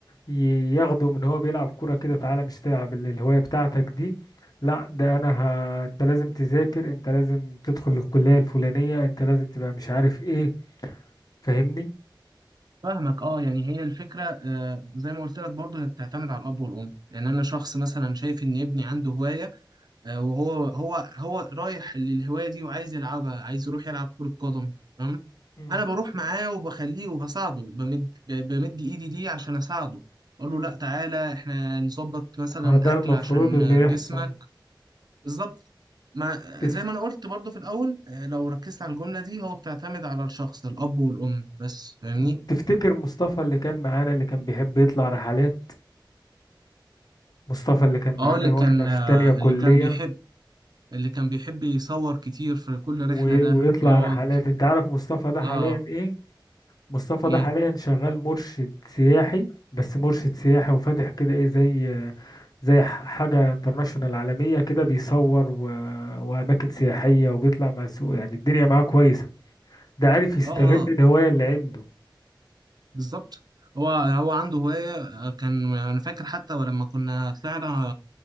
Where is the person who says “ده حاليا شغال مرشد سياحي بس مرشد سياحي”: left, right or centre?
Left